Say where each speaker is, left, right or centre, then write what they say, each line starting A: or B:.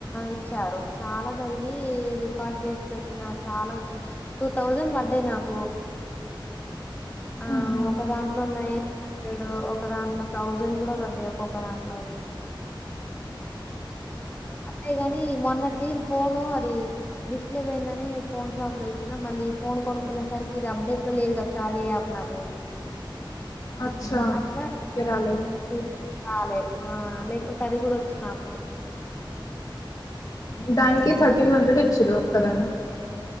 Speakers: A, on the left; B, on the left.
A: ఇచ్చారు. చాలా చదివి రికార్డ్ చేసి పెట్టినా చాలా వచ్చింది. టూ థౌజండ్ పడ్డాయి నాకు ఆ
B: ఉహు
A: ఒక దాంట్లో ఉన్నాయి. హండ్రెడ్ ఒక దాంట్లో థౌజండ్ కూడా పడ్డాయి. ఒక్కొక్క దాంట్లో అయితే
B: అచ్చా
A: అంతేగాని మొన్నటిది ఫోను అది డిస్ప్లే పోయిందని ఫోన్ షాప్ లో ఇచ్చినాం. మళ్ళీ ఫోన్ కొనుక్కునేసరికి ఇది అప్డేట్ లో లేదు కద కార్య యాప్ నాది.
B: అచ్చా
A: అట్లా
B: అందుకే రాలేదు.
A: ఇది రాలే ఆ లేకుంటే అది కూడా వచ్చు నాకు
B: దానికి థర్టీన్ హండ్రెడ్ ఇచ్చిరు కదా